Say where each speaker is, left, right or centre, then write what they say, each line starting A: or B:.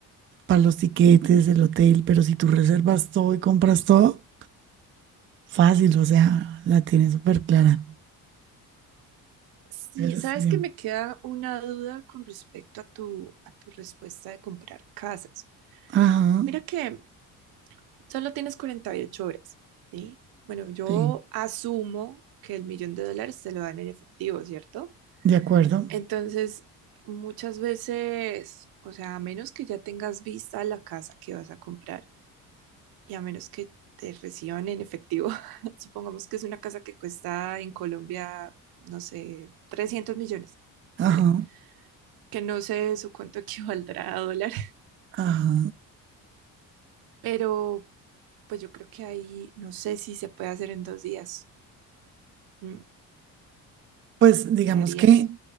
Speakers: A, on the right; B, on the right.
A: para los tiquetes, el hotel, pero si tú reservas todo y compras todo, fácil, o sea, la tienes súper clara.
B: Sí,
A: Eso
B: sabes
A: estaría.
B: que me queda una duda con respecto a tu, a tu respuesta de comprar casas.
A: Ajá,
B: Mira que solo tienes 48 horas, ¿sí? Bueno, yo
A: sí,
B: asumo que el millón de dólares te lo dan en efectivo, ¿cierto?
A: de acuerdo.
B: Entonces, muchas veces, o sea, a menos que ya tengas vista la casa que vas a comprar y a menos que te reciban en efectivo, <laughs> supongamos que es una casa que cuesta en Colombia, no sé, 300 millones,
A: Ajá,
B: ponle, que no sé su cuánto <laughs> equivaldrá a dólar,
A: ajá.
B: <laughs> pero pues yo creo que ahí no sé si se puede hacer en dos días. Mm,
A: Pues digamos
B: ¿Qué harías?
A: que